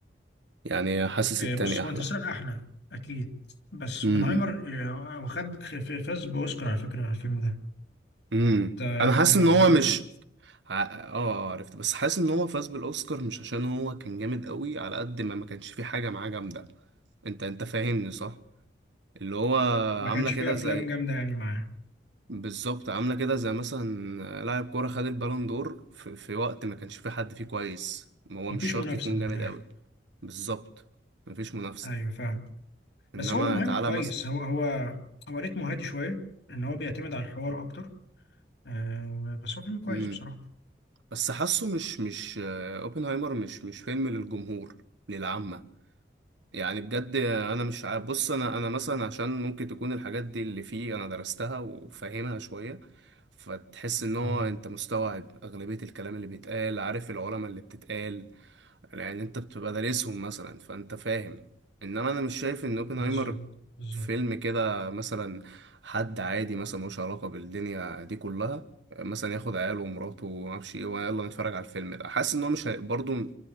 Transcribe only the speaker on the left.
آه
بص
هو انترستيلر احلى اكيد بس
اوبنهايمر آه واخد خ- فاز باوسكار على فكرة على الفيلم ده
انت عرفت
مع
الموضوع
ده
ما كانش
فيه افلام
جامدة يعني معاه
مفيش
منافسة
من
الاخر
ايوه فاهم
بس هو اوبنهايمر
كويس
هو هو هو ريتمه هادي شويه ان هو بيعتمد على الحوار اكتر آه بس هو فيلم كويس
بصراحه
اه
بالظبط بالظبط